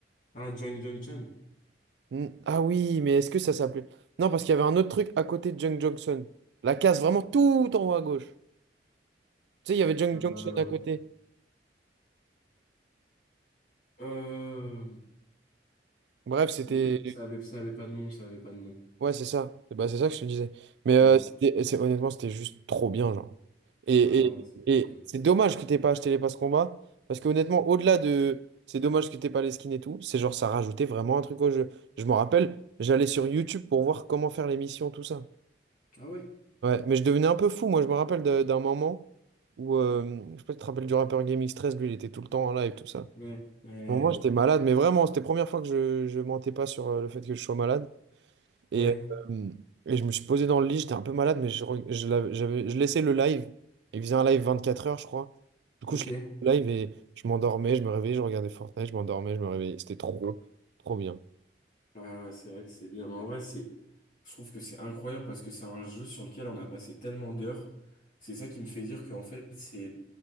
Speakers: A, on the left; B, on the right.
A: Ah, Junk Junction.
B: Hmm, Ah oui, mais est-ce que ça s'appelait. Non, parce qu'il y avait un autre truc à côté de Junk Junction. La casse vraiment tout en haut à gauche. Tu sais, il y avait Junk
A: Euh,
B: Junction à côté.
A: euh,
B: Bref, c'était.
A: non, ça ça avait, ça avait pas de nom, ça avait pas de nom.
B: Ouais, c'est ça. Bah, c'est ça que je te disais. Mais euh,
A: Ouais,
B: c'était, c'est- honnêtement, c'était juste trop bien, genre. Et,
A: bah
B: et,
A: ouais, c'est incroyable.
B: et c'est dommage que t'aies pas acheté les passes combat. Parce que honnêtement, au-delà de c'est dommage que t'aies pas les skins et tout, c'est genre ça rajoutait vraiment un truc au jeu. Je me rappelle, j'allais sur YouTube pour voir comment faire les missions, tout ça.
A: Ah ouais,
B: Ouais, mais je devenais un peu fou, moi. Je me rappelle de- d'un moment où, euh, je sais pas si tu te rappelles du rappeur GameX13, lui, il était tout le temps en live, tout ça.
A: ouais, ouais,
B: Bon, moi, j'étais malade, mais vraiment, c'était la première fois que je, je mentais pas sur euh, le fait que je sois malade. Et,
A: ouais,
B: euh, et je me suis posé dans le lit, j'étais un peu malade, mais je, re- je, l'avais- j'avais, je laissais le live. Il faisait un live 24 heures, je crois. Du
A: ok.
B: coup, je laissais le live et je m'endormais, je me réveillais, je regardais Fortnite, je m'endormais, je me réveillais. C'était trop, trop bien.
A: Ouais, ouais, c'est vrai que c'est bien. Mais en vrai, c'est, je trouve que c'est incroyable parce que c'est un jeu sur lequel on a passé tellement d'heures. C'est ça qui me fait dire qu'en fait, c'est